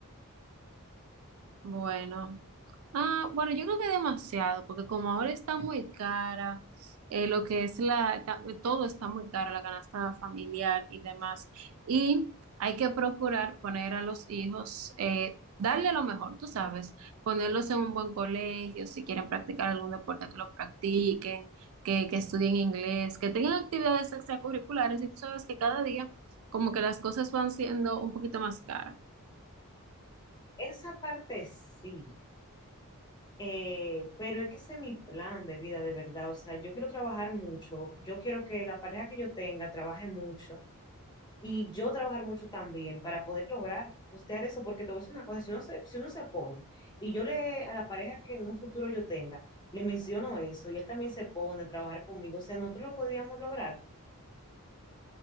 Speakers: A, on the right; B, on the left.
A: Bueno, ah, bueno, yo creo que demasiado, porque como ahora está muy cara, eh, lo que es la, ta- todo está muy caro, la canasta familiar y demás, y hay que procurar poner a los hijos, eh, darle lo mejor, tú sabes, ponerlos en un buen colegio, si quieren practicar algún deporte, que lo practiquen, que, que estudien inglés, que tengan actividades extracurriculares, y tú sabes que cada día como que las cosas van siendo un poquito más caras.
B: Esa parte sí, eh, pero es que ese es mi plan de vida, de verdad. O sea, yo quiero trabajar mucho, yo quiero que la pareja que yo tenga trabaje mucho y yo trabajar mucho también para poder lograr costear eso, porque te voy a decir una cosa, si uno se, si uno se pone, y yo le, a la pareja que en un futuro yo tenga, le menciono eso, y él también se pone a trabajar conmigo, o sea, nosotros lo podríamos lograr,